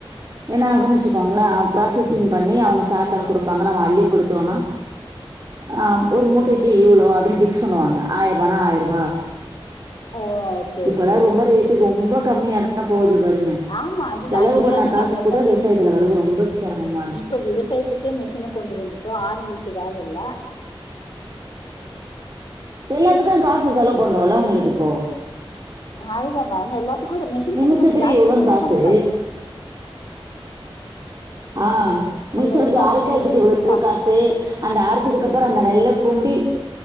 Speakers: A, on the right; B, on the left.
A: என்னாகுனு வெச்சுக்கோங்களே ப்ராசஸிங் பண்ணி அவங்க சாக்குல குடுப்பாங்க நம்ம அள்ளி குடுத்தோனா ஆ ஒரு மூட்டைக்கு இவ்ளோ அப்டின்னு பிக்ஸ் பண்ணுவாங்க ஆயிர்வானா ஆயிர்வா
B: ஓ சரி
A: இப்பெல்லா
B: சரி
A: ரொம்ப ரேட்டு ரொம்ப கம்மியாதா போகுது பாருங்க
B: ஆமா அது
A: செலவு
B: அது இல்லாம
A: பண்ண காசு
B: நம்ம எல்லா
A: கூட
B: மிஷின்ங்க
A: விவசாயத்துல வர்றது ரொம்ப சிரமமா இருக்கு
B: இப்ப விவசாயத்துக் துக்கு மிஷின கொண்டு வந்துட்டோ ஆளுங்களுக்கு வேல இல்ல
A: எல்லாத்துக்கும் காசு செலவு பண்றோல்லா உங்களுக்கு இப்போ
B: அதுதாங்க ‌அவுங்க எல்லாத் எல்லாத்துக்கூ மெஷின்க்கு
A: நிமிஷத்துக்கு
B: நம்ம ஜாஸ்தி
A: இவ்வளோன்னு
B: செலவு
A: காசு
B: பண்றோ
A: ஆ மிஷின்க்கு
B: எல்லாருக்கும்
A: அருக்கறதுக்கு
B: மெஷினுக்கு
A: இவ்ளோ காசு அந்த அறுத்ததுக்கு அப்புறோ
B: ம்,
A: அந்த நெல்ல கொண்டி